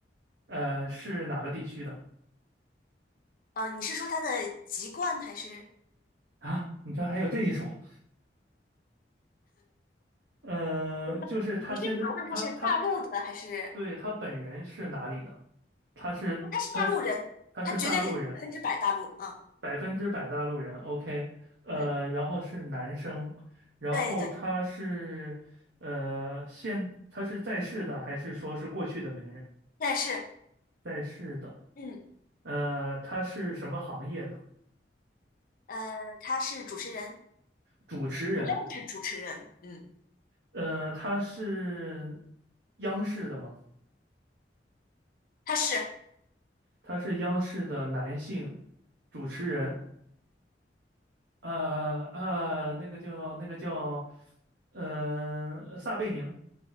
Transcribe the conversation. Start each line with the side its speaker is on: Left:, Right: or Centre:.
Right: 呃，是哪个地区的？
Left: 哦，你是说他的籍贯还是？
Right: 啊，你这还有这一首，呃，
Left: 明白你是想问他是大陆的还是？
Right: 就是他现在他他他，对，他本人是哪里的？他是他是他是大陆人
Left: 他是大陆人，他绝对是百分之百大陆。嗯
Right: 百分之百大陆人，OK，呃，
Left: 嗯，
Right: 然后是男生，然后他是呃现他是在世的还是说是过去的名人？
Left: 对对对，但是
Right: 在世的，
Left: 嗯
Right: 呃，他是什么行业的？
Left: 呃，他是主持人，
Right: 主持人，
Left: 主要是主持人。嗯，
Right: 呃，他是央视的吗？
Left: 他是
Right: 他是央视的男性主持人，呃呃，那个叫那个叫呃撒贝宁，